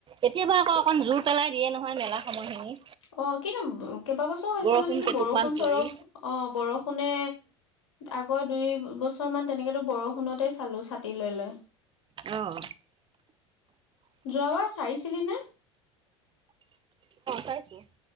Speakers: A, on the right; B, on the left.
A: কেতিয়াবা আক আক জোৰ পেলাই দিয়ে নহয় মেলা সময়খিনি
B: অ কিন্তু কেইবাবছৰ হৈছে
A: বৰষুণ
B: মানে কি
A: কেইটোপমান
B: বৰষুণ
A: পৰি।
B: চৰহ অ বৰষুণে আগৰ দুই বছৰ মান তেনেকেতো বৰষুণতেই চালো ছাতি লৈ লৈ
A: আহ
B: যোৱাবাৰ চাইছিলি নে
A: চাইছিলো